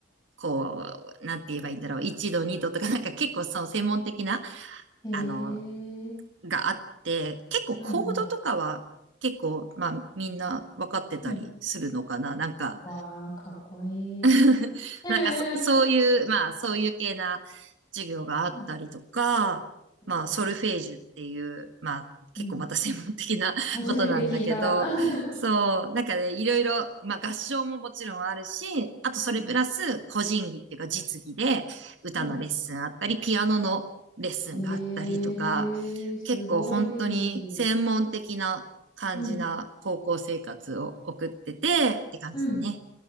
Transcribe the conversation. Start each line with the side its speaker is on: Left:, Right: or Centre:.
Right: こう、なんて言えばいいんだろう。一度、二度とか、なんか結構その専門的な、
Left: へ
Right: あの、
Left: え、
Right: があって、結構コードとかは結構、
Left: うん、うん、
Right: まあみんな分かってたりするのかな。
Left: うん。
Right: なんか、
Left: わあ、かっこいい。
Right: <laughs>
Left: <laughs>
Right: なんかそ、そういう、まあ、そういう系な授業があったりとか、
Left: うん、うん、
Right: まあ、ソルフェージュっていう、まあ、結構また専門的な
Left: うん。初めて聞いた。
Right: <laughs> ことなんだけど、
Left: <laughs>
Right: そう、なんかね、いろいろ、まあ、合唱ももちろんあるし、あとそれプラス、
Left: うん、
Right: 個人技っていうか実技で、歌のレッスンあったり、
Left: はい。
Right: ピアノのレッスンがあったりとか、
Left: ええ、すごい。
Right: 結構本当に専門的な感じな高校生活を送っててって感じだね。
Left: うん、うん、